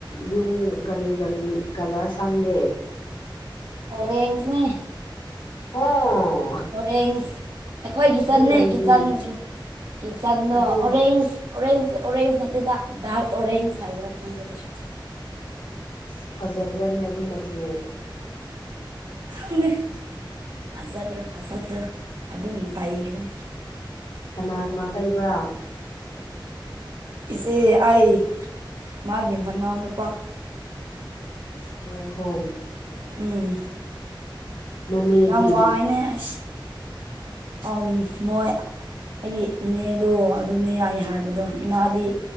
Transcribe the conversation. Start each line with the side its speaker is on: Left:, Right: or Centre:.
Left: ꯌꯨꯝ ꯀꯔꯤ ꯀꯔꯤ ꯀꯂꯔ ꯁꯪꯒꯦ
Right: ꯑꯣꯔꯦꯟꯖꯅꯦ
Left: ꯍ
Right: ꯍꯣꯔꯦꯟ ꯑꯩꯈꯣꯏꯒꯤ ꯆꯟꯟꯅ
Left: ꯀꯔꯤꯒꯤ
Right: ꯀꯆꯟ ꯀ ꯆꯥꯟꯅꯣ
Left: ꯑꯗꯨ
Right: ꯑꯣꯔꯦꯟꯖ ꯑꯣꯔꯦꯟꯖ ꯑꯣꯔꯦꯟꯖ ꯅꯠꯇꯦꯗ ꯗꯗꯥꯜ ꯑꯣꯔꯦꯟꯖ ꯍꯥꯏꯕ꯭ꯔꯥ ꯈꯪꯖꯁꯨ
Left: ꯁ ꯐꯖꯕ꯭ꯔꯥꯅꯦ ꯑꯗꯨ ꯃꯆꯨ
Right: ꯈꯪꯉꯦ ꯐꯖꯕ꯭ꯔꯥ ꯐꯖꯗ꯭ꯔꯥ ꯑꯗꯨꯝ ꯇꯥꯏꯈ꯭ꯔꯦ
Left: ꯀꯅꯥ ꯀꯅꯥ ꯇꯩꯕ꯭ꯔꯥ
Right: ꯏꯆꯦ ꯑꯩ ꯃꯥꯒꯤ ꯃꯅꯥꯎꯅꯨꯄꯥ <unintelligible>
Left: ꯅ ꯍꯣꯝ
Right: ꯎꯝ
Left: ꯅꯅꯦꯗꯤ
Right: ꯌꯥꯝ ꯋꯥꯏꯅꯦ ꯑꯩꯁꯦ ꯑ ꯃꯣꯏ ꯑꯩꯒꯤ ꯏꯅꯦꯗꯣ ꯑꯗꯨꯅꯦꯏ ꯍꯥꯏꯕꯗꯣ ꯏꯃꯥꯗꯤ